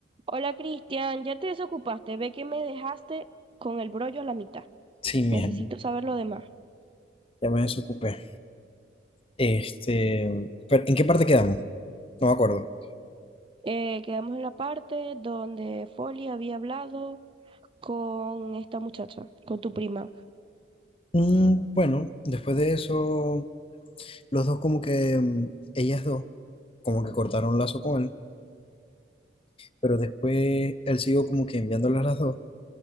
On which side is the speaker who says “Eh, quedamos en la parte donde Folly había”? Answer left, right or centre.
Right